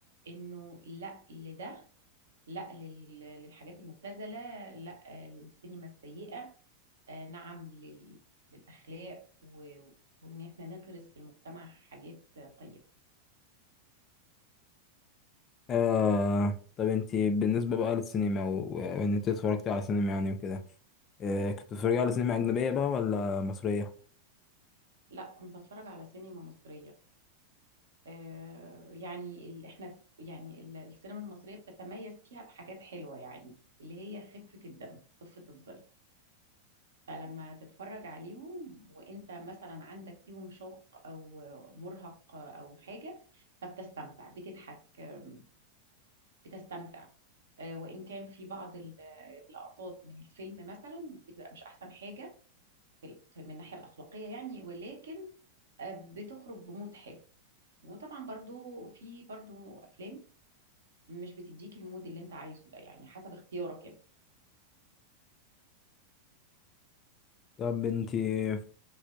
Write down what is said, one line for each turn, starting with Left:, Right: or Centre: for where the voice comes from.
Right: إنه لأ لده لأ لل- للحاجات المبتذلة لأ آه، للسينما السيئة آه، نعم لل- للأخلاق و- وإن إحنا نغرس في المجتمع حاجات قيمة
Left: آه طب انتي بالنسبة بقى للسينما و- و- وإن انت اتفرجت على سينما يعني وكده آه كنت بتتفرجي على سينما أجنبية بقى ولا مصرية؟
Right: لا كنت بتفرج على سينما مصرية آه يعني ال... احنا يعني ال- السينما المصرية بتتميز فيها بحاجات حلوة يعني اللي هي خفة الدم خفة الظل فلما تتفرج عليهم وانت مثلا عندك فيهم شوق او مرهق او حاجة فبتستمتع بتضحك آم، بتستمتع آه وان كان في بعض ال- اللقطات من الفيلم مثلا بتبقى مش احسن حاجة في ال- في- من الناحية الأخلاقية يعني ولكن آه، بتخرج بمود حلو وطبعا برضو في برضو افلام مش بتديك المود اللي انت عايزه ده يعني حسب اختيارك انت
Left: طب انتي